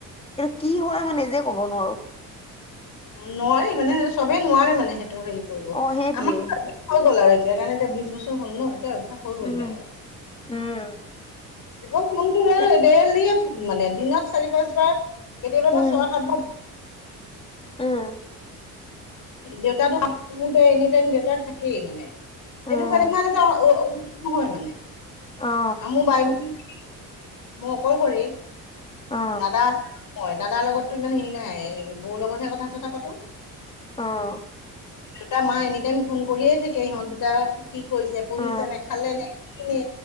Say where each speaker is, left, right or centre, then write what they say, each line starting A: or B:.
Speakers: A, on the left; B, on the left.
A: কি হয় মই নিজে কব নোৱাৰো।
B: অ নোৱাৰে মানে চবেই নোৱাৰে মানে সেইটো। হেৰি কৰিব আমাৰ
A: অ সেইটোৱেই
B: হৈ গ'ল আৰু এতিয়া কাৰণে এতিয়া বিশ বছৰ হ'ল ন এতিয়া। হৈ গ'লগে
A: উম
B: আৰু
A: উম
B: আকৌ ফোনটো
A: এ
B: দে দিয়ে ফোন মানে দিনত চাৰি পাঁচবাৰ। কেতিয়াবাতো
A: উম
B: ছয় সাত বাৰ‌
A: উম
B: দেউতাকে এনিটাইম দেউতা থাকেই মানে সেইটো
A: উম
B: কাৰণে ইমান টো। নহয় মানে
A: অ
B: আৰু মোৰ বাই মই অকলশৰে।
A: অ অ
B: দাদা আছে মই দাদাৰ লগতো ইমান হেৰি নাই বৌ লগতহে কথা চথা পাতো।
A: আহ
B: দেউতা মাই এনি টাইম ফোন কৰিয়ে থাকে ইহঁত দুটা কি কৰিছে পঢ়িছে
A: অ অ
B: নে খালে নে নে